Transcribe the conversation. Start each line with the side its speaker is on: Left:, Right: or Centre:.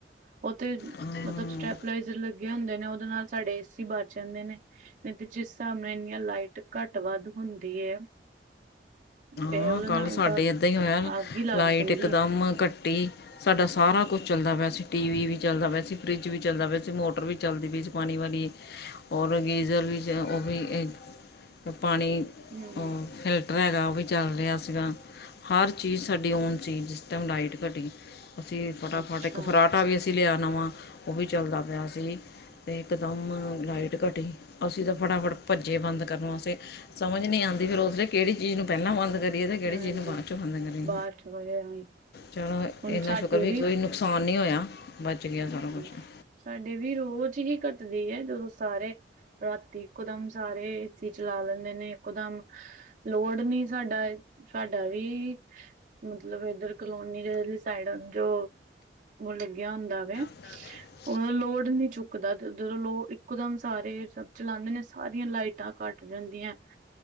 Right: ਉਹ ਤੇ
Left: ਹਾਂ
Right: ਮਤਲਬ ਸਟੈਪਲਾਈਜ਼ਰ ਲੱਗੇ ਹੁੰਦੇ ਨੇ, ਉਹਦੇ ਨਾਲ ਸਾਡੇ ਏਸੀ ਬਚ ਜਾਂਦੇ ਨੇ। ਨਹੀ ਤੇ, ਜਿਸ ਹਿਸਾਬ ਨਾਲ ਇੰਨੀਆਂ ਲਾਈਟ ਘੱਟ ਵੱਧ ਹੁੰਦੀ ਹੈ। ਤੇ
Left: ਹਾਂ
Right: ਉਹਦੇ
Left: ਕੱਲ
Right: ਨਾਲ
Left: ਸਾਡੇ
Right: ਤਾਂ
Left: ਏਦਾਂ ਹੀ ਹੋਇਆ।
Right: ਅੱਗ ਹੀ ਲੱਗ
Left: ਲਾਈਟ
Right: ਜਾਂਦੀ
Left: ਇਕਦਮ
Right: ਆ।
Left: ਘੱਟੀ ਸਾਡਾ ਸਾਰਾ ਕੁਝ ਚੱਲਦਾ ਪਿਆ ਸੀ, ਟੀ ਵੀ ਚੱਲਦਾ ਪਿਆ ਸੀ, ਫਰਿੱਜ ਵੀ ਚੱਲਦਾ ਪਿਆ ਸੀ, ਮੋਟਰ ਵੀ ਚੱਲਦੀ ਪਈ ਸੀ ਪਾਣੀ ਵਾਲੀ ਔਰ ਗੀਜ਼ਰ ਵਿੱਚ ਉਹ ਵੀ ਪਾਣੀ।
Right: ਹੂੰ ਹੂੰ।
Left: ਉਹ ਫਿਲਟਰ ਹੈਗਾ ਉਹ ਵੀ। ਚੱਲ ਰਿਹਾ ਸੀਗਾ। ਹਰ ਚੀਜ਼ ਸਾਡੀ ਔਨ ਸੀ ਜਿਸ ਟਾਈਮ ਲਾਈਟ ਘਟੀ। ਅਸੀ ਫਟਾਫਟ,
Right: ਅੱਛਾ
Left: ਇੱਕ ਫਰਾਟਾ ਵੀ ਅਸੀ ਲਿਆ ਨਵਾਂ ਉਹ ਵੀ ਚੱਲਦਾ ਪਿਆ ਸੀ। ਤੇ ਇਕਦਮ ਲਾਈਟ ਘਟੀ। ਅਸੀਂ ਤਾਂ ਫਟਾਫਟ ਭੱਜੇ ਬੰਦ ਕਰਨ ਵਾਸਤੇ। ਸਮਝ ਨਹੀਂ ਆਦੀਂ ਫਿਰ ਉਸਲੇ ਕਿਹੜੀ ਚੀਜ਼ ਨੂੰ ਪਹਿਲਾਂ ਬੰਦ ਕਰੀ ਕਿਹੜੀ
Right: ਹਾਂਜੀ
Left: ਚੀਜ਼ ਨੂੰ ਬਾਅਦ ਚੋਂ ਬੰਦ ਕਰੀਏ,
Right: ਬਾਅਦ ਚ ਵਧਿਆ
Left: ਚਲੋ
Right: ਹੁਣ
Left: ਇੰਨਾ
Right: ਸਾਡੇ
Left: ਸ਼ੁਕਰ ਵੀ ਫਰਿਜ਼ ਨੂੰ ਕੋਈ ਨੁਕਸਾਨ ਨਹੀਂ ਹੋਇਆ। ਬੱਚ ਗਿਆ। ਸਾਰਾ
Right: ਹਾਂਜੀ,
Left: ਕੁਛ ਹੂੰ
Right: ਸਾਡੇ ਵੀ ਰੋਜ਼ ਹੀ ਘਟ ਦੀ ਹੈ, ਤੇ ਉਦੋਂ ਸਾਰੇ ਰਾਤੀ ਇਕਦਮ ਸਾਰੇ ਏਸੀ ਚਲਾ ਲੈਂਦੇ ਨੇ, ਇੱਕਦਮ ਲੋਡ ਨੀ ਸਾਡਾ, ਸਾਡਾ ਵੀ ਮਤਲਬ ਇਧਰ ਕਲੋਨੀ ਦੇ ਸਾਈਡ, ਜੋ ਲੱਗਿਆ ਹੁੰਦਾ ਵੇ।
Left: <inaudible>
Right: ਉਹ ਲੋਡ ਨੀ ਚੁੱਕਦਾ। ਜਦੋਂ ਲੋਗ ਇੱਕਦਮ ਸਾਰੇ ਸਭ ਚਲਾਉਂਦੇ ਨੇ, ਸਾਰੀਆਂ ਲਾਈਟਾਂ ਘੱਟ ਜਾਂਦੀਆਂ।